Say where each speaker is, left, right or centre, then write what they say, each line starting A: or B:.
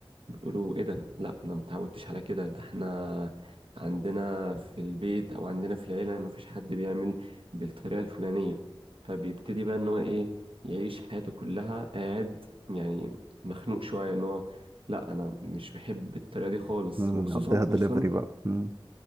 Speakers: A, on the right; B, on the right.
A: بيقولوا ايه ده لا انا ما اتعودتش على كده ده احنا عندنا في البيت او عندنا في العيله ما فيش حد بيعمل بالطريقه الفلانيه فبيبتدي بقى ان هو ايه يعيش حياته كلها قاعد يعني مخنوق شويه ان هو لا انا مش بحب الطريقه دي خالص
B: امم
A: وخصوصا
B: عديها دليفري
A: خصوصا
B: بقى امم